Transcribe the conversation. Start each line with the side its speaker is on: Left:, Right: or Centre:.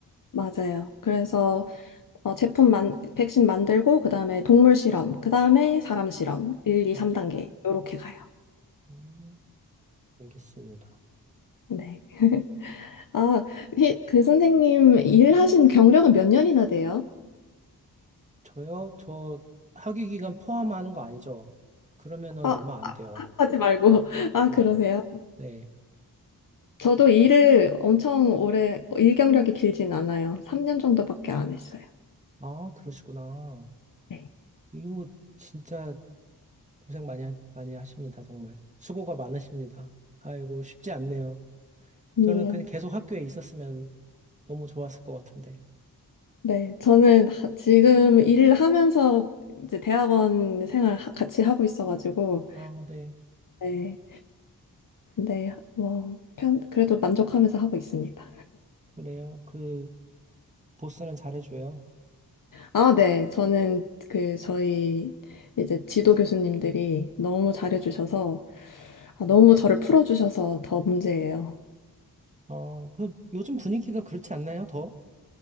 Left: 맞아요. 그래서 어, 제품 만, 백신 만들고, 그 다음에 동물 실험, 그 다음에 사람 실험, 1, 2,
Right: 음,
Left: 3단계, 요렇게 가요.
Right: 어, 알겠습니다.
Left: 네. <laughs> 아, 이- 그 선생님 일하신 경력은 몇 년이나 돼요?
Right: 저요? 저 학위 기간 포함하는 거 아니죠? 그러면은
Left: 아
Right: 얼마 안 돼요.
Left: 하지 말고. <laughs> 아,
Right: 네,
Left: 그러세요?
Right: 네.
Left: 저도 일을 엄청 오래, 일 경력이 길진 않아요. 3년 정도밖에 안 했어요.
Right: 아, 그러시구나.
Left: 네.
Right: 이거 진짜 고생 많이, 하- 많이 하십니다, 정말. 수고가 많으십니다. 아이고, 쉽지 않네요.
Left: 아니에요.
Right: 저는 그냥 계속 학교에 있었으면 너무 좋았을 것 같은데.
Left: 네, 저는 하- 지금 일을 하면서 이제 대학원 생활 하- 같이 하고 있어가지고,
Right: 아, 네.
Left: 네, 네. 뭐, 편, 그래도 만족하면서 하고 있습니다.
Right: 그래요. 그, 보스는 잘해줘요.
Left: 아, 네, 저는 그, 저희 이제 지도 교수님들이 너무 잘해주셔서, 아, 너무 저를 풀어주셔서 더 문제예요.
Right: 어, 그, 요즘 분위기가 그렇지 않나요, 더?